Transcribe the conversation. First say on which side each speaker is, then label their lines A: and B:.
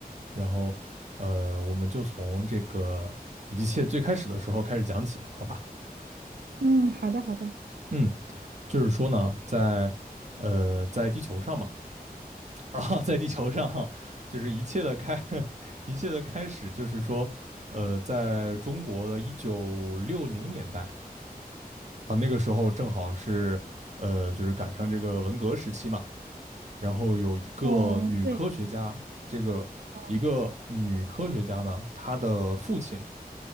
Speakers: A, on the right; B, on the right.
A: 然后呃，我们就从这个一切最开始的时候开始讲起，好吧？
B: 嗯，好的，好的。
A: 嗯，就是说呢，在呃在地球上嘛。<laughs> 啊，在地球上，就是一切的开，<laughs> 一切的开始，就是说，呃，在中国的一九六零年代啊，那个时候正好是，呃，就是赶上这个文革时期嘛，然后有一个女科学家，
B: 哦，对，
A: 这个一个女科学家呢，
B: 哦，
A: 她的父亲